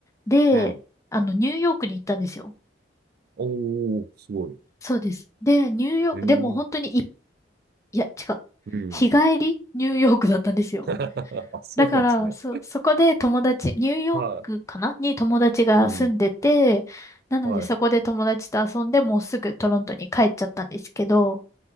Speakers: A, on the left; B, on the right.
A: で、
B: うん。
A: あの、ニューヨークに行ったんですよ。
B: おー、すごい。
A: そうです。で、ニューヨーク、
B: ええ。
A: でも本当にい、いや、違う。
B: うん。
A: 日帰りニューヨークだったんですよ。
B: <laughs> あ、そうなんですね。
A: だから、そ、そこで友達、ニューヨークかなに友達が住んでて、
B: はい。うん。
A: なのでそこで友達と遊んでもうすぐトロントに帰っちゃったんですけど、
B: はい。